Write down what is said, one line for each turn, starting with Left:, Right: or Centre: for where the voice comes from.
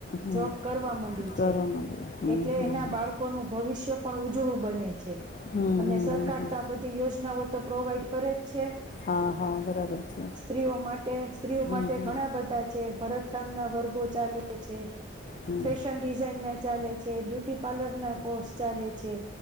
Left: હમ
Right: જોબ કરવા માંડી
Left: કરો
Right: છે
Left: મને હમ
Right: એટલે
Left: હમ
Right: એના
Left: હમ
Right: બાળકોનું ભવિષ્ય પણ ઉજળું બને છે.
Left: હમ
Right: અને
Left: હમ
Right: સરકાર
Left: હમ હમ
Right: તો આ બધી યોજનાઓ તો પ્રોવાઈડ કરે જ છે.
Left: હા હા બરાબર છે
Right: સ્ત્રીઓ માટે, સ્ત્રીઓ
Left: હમ
Right: માટે
Left: હમ
Right: ઘણા બધા છે. ભરત કામ ના વર્ગો ચાલે છે.
Left: હમ
Right: ફશન ડિઝાઇન ના ચાલે. બ્યુટી પાર્લરના કોર્ષ ચાલે છે.